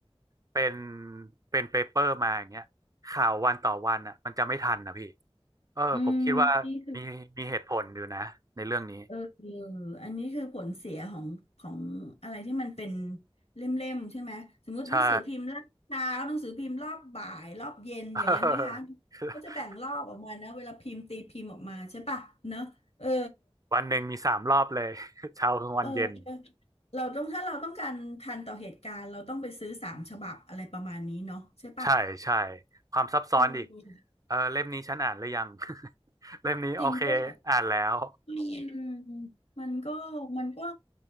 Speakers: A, on the right; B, on the left.
A: เป็นเป็นเปเปอร์มาอย่างเงี้ยข่าววันต่อวันอ่ะมันจะไม่ทันนะพี่ เออผมคิดว่ามีมีเหตุผลอยู่นะในเรื่องนี้
B: อืมนี่คือเออเอออันนี้คือผลเสียของของอะไรที่มันเป็นเล่มๆใช่ไหมสมมติหนังสือพิมพ์รอบเช้าหนังสือพิมพ์รอบบ่ายรอบเย็นอย่างนั้นไหมคะ
A: ใช่ <laughs>
B: ก็จะแบ่งรอบออกมานะเวลาพิมพ์ตีพิมพ์ออกมาใช่ปะเนอะเออ
A: วันหนึ่งมีสามรอบเลย <laughs> เช้ากลางวันเย็น
B: เออเราต้องถ้าเราต้องการทันต่อเหตุการณ์เราต้องไปซื้อสามฉบับอะไรประมาณนี้เนาะใช่ปะ
A: ใช่ใช่ความซับซ้อนอีก
B: เออ
A: เออเล่มนี้ฉันอ่านหรือยัง <laughs> เล่มนี้โอเคอ่านแล้ว
B: จริงด้วยอืมมันก็มันก็